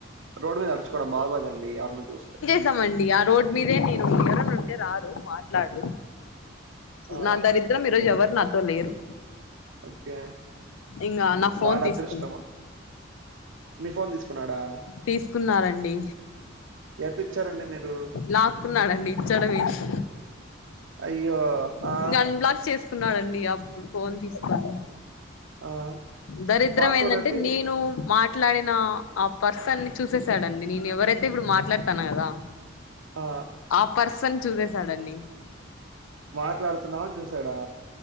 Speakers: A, on the right; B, on the left.
A: రోడ్ మీద అర్చుకోవడం బాగోదండి ఎవర్న చూస్తే
B: చుస్తామండి ఆ రోడ్డు మీదే నేను ఎవరన ఉంటే రారు మాట్లాడు
A: ఆ!
B: నా దరిద్రం ఈరోజు ఎవరు నాతో లేరు
A: ఓకే.
B: ఇంకా నా ఫోన్
A: వాడి
B: తీసుకు
A: అదృష్టమా? మీ ఫోన్ తీస్కున్నాడా
B: తీసుకున్నారండి
A: ఎట్టిచ్చారండి మీరు?
B: లాక్కున్నాడండి ఇచ్చడ వేస్
A: అయ్యో ఆ!
B: ఇంగ అన్బ్లాక్ చేస్కున్నాడండి అప్పుడు ఫోన్ తీస్కొని
A: ఆ!
B: దరిద్రం
A: పాస్వర్డండి?
B: ఏందంటే నేను మాట్లాడిన ఆ పర్సన్ని చూససాడండి నేను ఎవరైతే ఇప్పుడు మాట్లాడ్తాను కదా
A: ఆ
B: ఆ పర్సన్ చూసేశడండీ
A: మాట్లాడ్తున్నావు అని చూసాడా